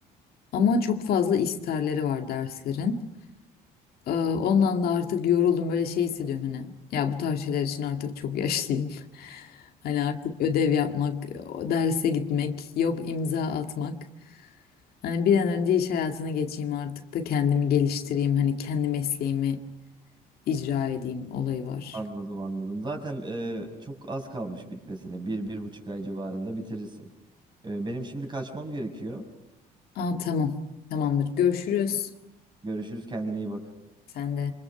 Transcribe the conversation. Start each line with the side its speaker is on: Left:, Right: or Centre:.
Left: Ama çok fazla isterleri var derslerin. Ee, Ondan da artık yoruldum böyle şey hissediyorum hani. Ya bu tarz şeyler için artık çok yaşlıyım. <laughs> Hani artık ödev yapmak, derse gitmek, yok imza atmak. Hani bir an önce iş hayatına geçeyim artık da kendimi geliştireyim. Hani kendi mesleğimi icra edeyim olayı var.
Right: anladım anladım. Zaten e, çok az kalmış bitmesine. Bir, bir buçuk ay civarında bitirirsin. E, benim şimdi kaçmam gerekiyor.
Left: Aa tamam. Tamamdır. Görüşürüz.
Right: Görüşürüz kendine iyi bak.
Left: Sen de.